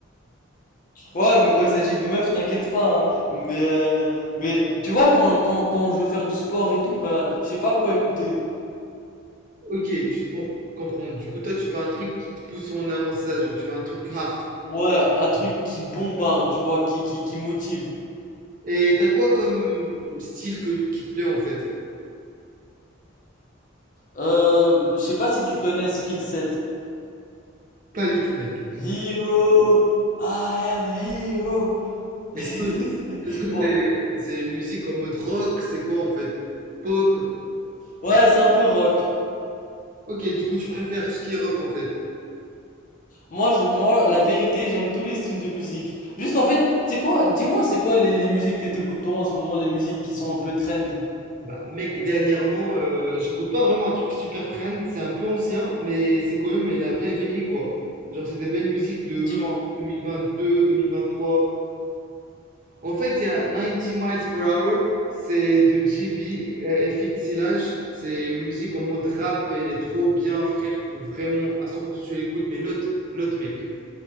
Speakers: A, on the left; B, on the right.
A: Ouais, mais quand il s'agit de meufs, t'inquiète pas, hein. Mais, euh, mais tu vois, quand, quand, quand je veux faire du sport et tout, bah, je sais pas quoi écouter.
B: Ok, juste pour comprendre, du coup toi tu veux un truc qui te pousse en avant, c'est ça, genre tu veux un truc hard.
A: Ouais, un truc qui bombarde, tu vois, qui, qui, qui motive.
B: Et t'as quoi comme style que, qui te plaît en fait?
A: Euh, je sais pas si tu connais Skillset.
B: Pas du tout, mec.
A: Hero, I am a hero. <laughs>
B: Est-ce que est-ce que
A: Bon,
B: c'est c'est une musique en mode rock? C'est quoi en fait? Pop?
A: ouais, c'est un peu rock.
B: Ok, du coup, tu préfères tout ce qui est rock en fait.
A: Moi, je, moi, la vérité, j'aime tous les styles de musique. Juste, en fait, c'est quoi? Dis-moi, c'est quoi les, les musiques que t'écoutes toi en ce moment, les musiques qui sont un peu trend?
B: Bah, mec, dernièrement, euh, j'écoute pas vraiment un truc super trend. C'est un peu ancien, mais c'est quand même, il a bien vieilli quoi. Genre, c'est des belles musiques de
A: Dis-moi.
B: 2022, 2023. En fait, il y a Ninety Miles Per Hour, c'est de GB et Fit Silage. C'est une musique en mode rap, elle est trop bien, frère. Faut vraiment à 100% tu l'écoutes, mais note, note, mec.